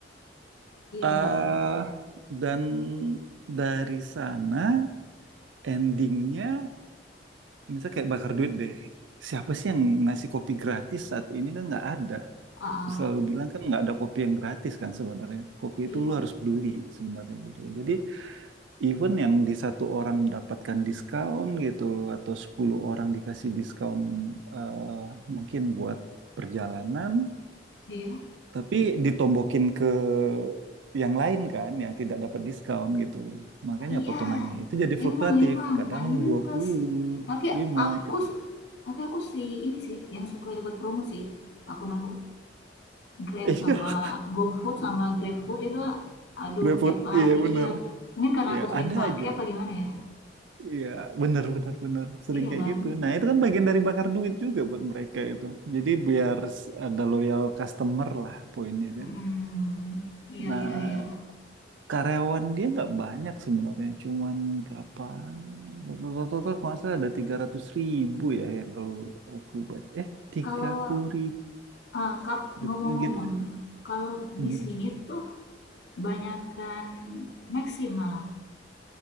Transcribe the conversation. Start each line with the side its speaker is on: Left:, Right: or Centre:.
Left: iya
Right: Ah,
Left: iya iya
Right: dan dari sana endingnya. Misalnya kayak bakar duit deh. Siapa sih yang ngasih kopi gratis saat ini kan nggak ada.
Left: Ah, ah.
Right: Selalu bilang kan nggak ada kopi yang gratis kan sebenarnya. Kopi
Left: iya
Right: itu lu harus beli sebenarnya gitu. Jadi even yang di satu orang mendapatkan diskon gitu loh atau 10 orang dikasih diskon eh, mungkin buat perjalanan,
Left: iya
Right: tapi ditombokin ke yang lain kan yang tidak dapat diskon gitu loh. Makanya
Left: iya
Right: potongannya itu jadi fluktuatif,
Left: emang emang
Right: kadang
Left: pantas
Right: dua puluh
Left: tapi
Right: lima
Left: aku
Right: gitu. <laughs>
Left: tapi aku sih ini sih yang suka dapat promo sih akun aku Grab
Right: Iya,
Left: sama GoFood sama GrabFood itu aduh
Right: GrabFood,
Left: tiap hari
Right: iya bener.
Left: iya mungkin karena
Right: Ya
Left: aku sering
Right: ada
Left: pakai
Right: aja.
Left: apa gimana ya
Right: Iya bener bener bener. Sering
Left: iya
Right: kayak
Left: kan
Right: gitu. Nah itu kan bagian dari bakar duit juga buat mereka itu. Jadi biar s- ada loyal customer lah poinnya
Left: mm
Right: kan.
Left: iya
Right: Nah
Left: iya iya
Right: karyawan dia nggak banyak sebenarnya. Cuman berapa? Total-total kalau nggak salah ada 300 ribu ya yang kalau aku baca. Eh tiga
Left: kalau
Right: puluh ribu
Left: Eee, Kak,
Right: ya.
Left: ngomong-ngomong,
Right: Ya, Gitu deh.
Left: kalau
Right: Mhm.
Left: di sini tuh banyakan Maxim malah.